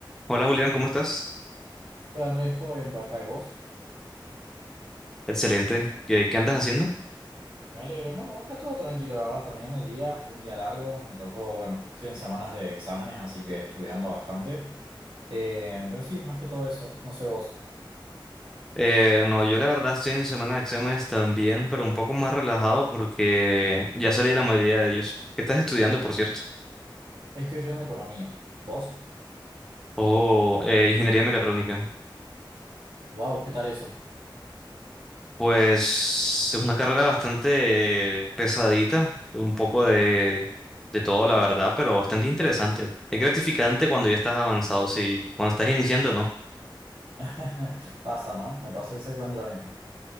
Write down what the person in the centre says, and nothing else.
Hola Julián, ¿cómo estás?
Excelente. ¿Qué, qué andas haciendo?
Eh, no, yo la verdad estoy en semana de exámenes también, pero un poco más relajado porque ya salí de la mayoría de ellos. ¿Qué estás estudiando, por cierto?
Oh, eh, ingeniería mecatrónica.
Pues es una carrera bastante pesadita, un poco de, de todo, la verdad, pero bastante interesante. Es gratificante cuando ya estás avanzado, sí, cuando estás iniciando, ¿no?